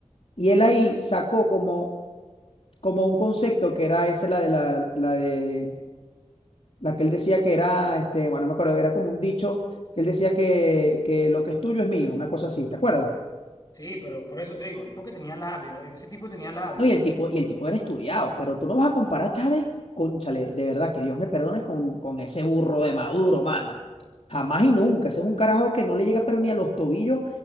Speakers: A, on the left; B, on the left.
A: Y él ahí sacó como, como un concepto que era ese, la de la, la de la que él decía que era, este, bueno, no me acuerdo, era como un dicho que él decía que, que lo que es tuyo es mío, una cosa así, ¿te acuerdas?
B: Sí, pero por eso te digo, el porque tenía labia, ese tipo tenía labia.
A: No, y el tipo, y el tipo era estudiado, pero tú no vas a comparar a Chávez con Chale, de verdad, que Dios me perdone con, con ese burro de Maduro, mano. Jamás y nunca. Ese es un carajo que no le llega pero ni a los tobillos,